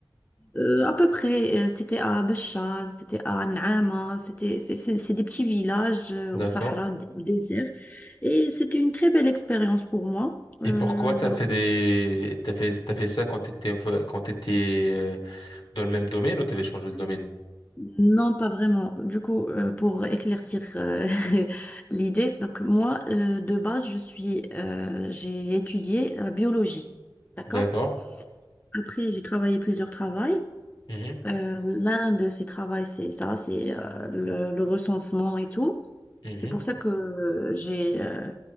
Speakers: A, on the left (about 20°); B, on the left (about 65°).
A: euh, à peu près, euh, c'était à Béchar, c'était à N'Ama, c'était c'est c'est- c'est des petits villages euh,
B: D'accord.
A: au Sahara d- au désert. Et c'était une très belle expérience pour moi. Euh,
B: Et pourquoi t'as fait des, t'as fait, t'as fait ça quand t'étais, un peu- quand t'étais euh, dans le même domaine ou t'avais changé le domaine?
A: Non, pas vraiment. Du coup, euh, pour éclaircir euh, <laughs> l'idée, donc moi, euh, de base, je suis, euh, j'ai étudié la biologie, d'accord?
B: D'accord.
A: Après, j'ai travaillé plusieurs travails.
B: Mhm,
A: Euh, l'un de ces travaux, c'est ça, c'est euh, le, le recensement et tout.
B: mhm.
A: C'est pour ça que j'ai, euh,